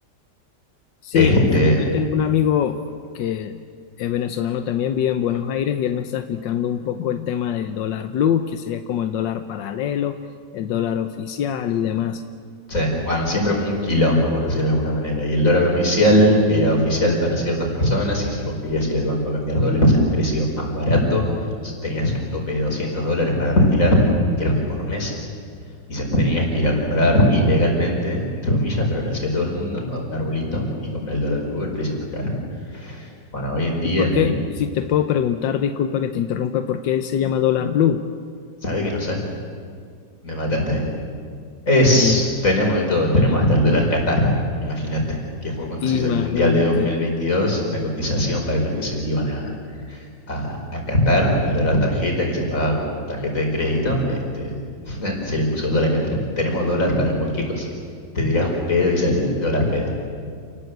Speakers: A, on the left; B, on the left.
A: Sí,
B: Este,
A: ahí yo tengo un amigo que es venezolano también, vive en Buenos Aires y él me está explicando un poco el tema del dólar blue, que sería como el dólar paralelo, el dólar oficial y demás.
B: Sí, bueno, siempre fue un quilombo, por decirlo de alguna manera. Y el dólar oficial era oficial para ciertas personas y si vos querías ir al banco a cambiar dólares al precio más barato, s- tenías un tope de 200 dólares para retirar, creo que por mes, y se tenías que ir a comprar ilegalmente, entre comillas, pero lo hacía todo el mundo, a un arbolito y comprar el dólar blue al precio más caro. Bueno, hoy en día,
A: ¿Y por
B: el...
A: qué? Si te puedo preguntar, disculpa que te interrumpa, ¿por qué se llama dólar blue?
B: ¿sabes que no sé? Me mataste. Es,
A: Mira,
B: tenemos de todo, tenemos hasta el dólar Qatar, imagínate, que fue cuando se
A: imagínate,
B: hizo el Mundial de 2022, una cotización para los que se iban a, a, a Qatar, el dólar tarjeta que se paga con tarjeta de crédito, este, <laughs> se le puso dólar Qatar. Tenemos dólar para cualquier cosa. Te dirás un pedo y sale dólar peda.